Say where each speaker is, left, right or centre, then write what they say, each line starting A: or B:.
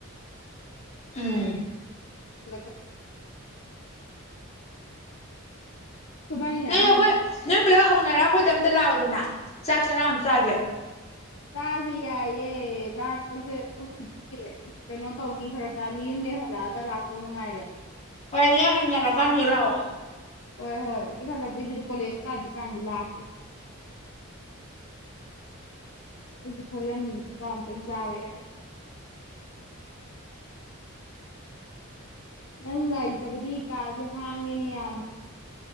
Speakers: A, on the left; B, on the left.
A: ꯎꯝ
B: <unintelligible> ꯈꯣꯢꯕꯅꯤ ꯅꯍꯥꯟꯃꯨꯛ
A: ꯅꯣꯏ ꯑꯩꯈꯣꯏ ꯅꯣꯏ ꯄꯨꯂꯞ ꯍꯧꯅꯔ ꯑꯩꯈꯣꯏꯗ ꯑꯝꯇ ꯂꯥꯛꯎꯗꯅ ꯆꯥꯛ ꯆꯔꯥ ꯑꯃ ꯆꯥꯖꯦ
B: ꯆꯥꯁꯦ ꯌꯥꯏꯌꯦ ꯂꯥꯛꯄꯁꯦ ꯍꯧꯖꯤꯛꯇꯤ ꯀꯩꯅꯣ ꯇꯧꯅꯤ ꯐꯔꯛ ꯇꯥꯅꯤ ꯌꯨꯝꯗꯩ ꯍꯜꯂꯛꯑꯒ ꯂꯥꯛꯇꯧ ꯃꯉꯥꯏꯔꯦ
A: ꯍꯣꯏꯅꯦ ꯍꯟꯖꯜꯂꯛꯑ ꯀꯥꯟꯗ ꯍꯦꯛ ꯂꯥꯛꯑꯣ
B: ꯍꯣꯏ ꯍꯣꯏ ꯑꯩ ꯍꯜꯂꯛꯄꯩꯗꯨꯗ ꯀꯣꯂꯦꯖ ꯀꯥꯗ꯭ꯔꯤ ꯀꯥꯟꯗ ꯂꯥꯛꯀꯦ ꯑꯩꯁꯨ ꯈꯜꯂꯝꯃꯤꯅꯦ ꯆꯥꯛ ꯑꯝꯇꯪ ꯆꯥꯕ ꯌꯥꯏꯌꯦꯅ ꯅꯪ ꯉꯥꯏꯇꯕꯗꯤ ꯀꯥꯁꯦ ꯍꯥꯡꯉꯦꯅꯦ ꯌꯥꯝꯅ